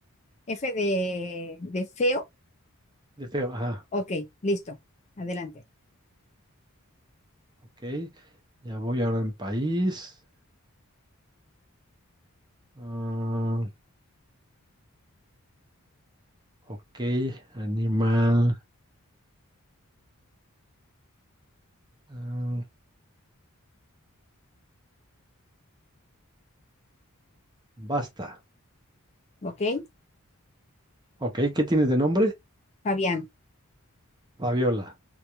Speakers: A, on the left; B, on the right.
A: F de, de feo.
B: de feo, ajá,
A: Ok. Listo. Adelante.
B: ok. Ya voy ahora en país. ah, Ok, animal. ah, basta.
A: Ok.
B: Ok, ¿qué tienes de nombre?
A: Fabián.
B: Fabiola.